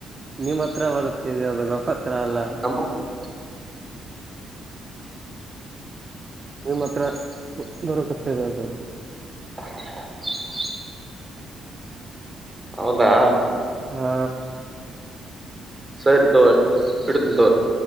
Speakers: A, on the right; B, on the right.
A: ನಿಮ್ ಹತ್ರ ಬರುತ್ತೆದೆ ಅದು ನಮ್ಮ್ ಹತ್ರ ಅಲ್ಲ
B: ಹ
A: ನಿಮ್ಮ ಹತ್ರ ಬರಕತ್ತದ ಅದು
B: ಹ <unintelligible> ಹೌದಾ
A: ಹಾ
B: ಸಹಿದದ ಇಡದದ